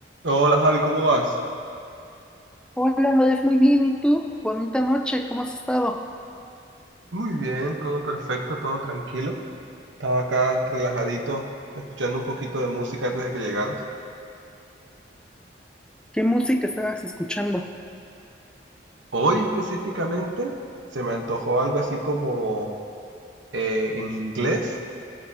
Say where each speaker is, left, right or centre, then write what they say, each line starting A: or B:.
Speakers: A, on the right (about 85°); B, in the centre.
A: Hola Javi, ¿cómo vas?
B: Hola, Andrés, muy bien. ¿Y tú? Bonita noche, ¿cómo has estado?
A: Muy bien, todo perfecto, todo tranquilo. Estaba acá relajadito, escuchando un poquito de música antes de que llegaras.
B: ¿Qué música estabas escuchando?
A: Hoy específicamente se me antojó algo así como eh, en inglés